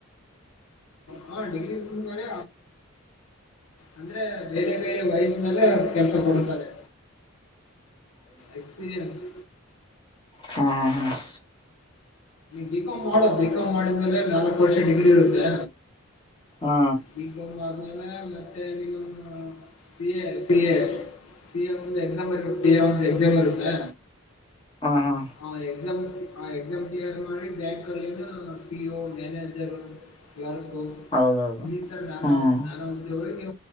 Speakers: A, on the left; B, on the left.
A: ಹು ಡಿಗ್ರೀ ಮುಗಿಸದ್ಮೇಲೆ ಅಂದ್ರೆ ಬೇರೆ ಬೇರೆ ವಯಸ್ಸಿನಲ್ಲ ಕೆಲ್ಸ ಕೊಡ್ತಾರೆ ಎಕ್ಸ್ಪೀರಿಯನ್ಸ್
B: ಹ್ಮ ಹ್ಮ ಹ್ಮ
A: ಬಿಕಾಮ್ ಮಾಡ ಬಿಕಾಮ್ ಮಾಡಿದ್ಮೇಲೆ ನಾಲ್ಕು ವರ್ಷ ಡಿಗ್ರಿ ಇರುತ್ತೆ
B: ಹಾ
A: ಬಿ ಕಂ ಮತ್ತೆ ನೀ C A C A C A ಒಂದು ಎಕ್ಸಾಮ್ ಬರ್ಬೇಕು ಸಿ ಎ ಒಂದು ಎಕ್ಸಾಮ್ ಇರುತ್ತೆ
B: ಹಾ ಹಾ ಹಾ
A: ಹ ಎಕ್ಸಾಮ್ ಎಕ್ಸಾಮ್ ಕ್ಲಿಯರ್ ಮಾಡಿ ಬ್ಯಾಂಕ್ಲ್ಲಿನ ಪೀ ಓ ಮ್ಯಾನೇಜರ್ ಕ್ಲರ್ಕ್
B: ಹೌದೌದು
A: ಇತರ ನಾನ
B: ಹ್ಮ್
A: ನಾನ ಉದ್ಯೋಗಗಳಿಗೆ